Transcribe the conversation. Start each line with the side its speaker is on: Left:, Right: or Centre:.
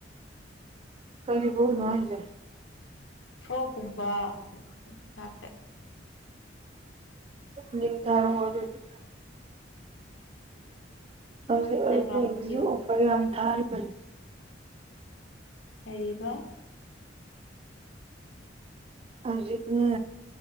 Right: ꯀꯔꯤꯕꯨꯅꯣ ꯍꯥꯏꯖꯦ
Left: ꯐ꯭ꯔꯣꯛꯀꯨꯝꯕ ꯉꯥꯛꯇ
Right: ꯂꯤꯡ ꯊꯥꯔꯛꯑꯣ ꯑꯗꯨꯗꯤ ꯍꯧꯖꯤꯛ
Left: ꯏꯟꯁꯇꯥꯒ꯭ꯔꯥꯝꯗ
Right: ꯑꯣꯔꯤꯐ꯭ꯔꯦꯝꯒꯤꯁꯨ
Left: ꯊꯤꯌꯣ
Right: ꯑꯣꯐ꯭ꯔ ꯌꯥꯝ ꯊꯥꯔꯤꯕꯅꯤ
Left: ꯀꯔꯤꯕꯥ
Right: ꯍꯧꯖꯤꯛꯅꯦ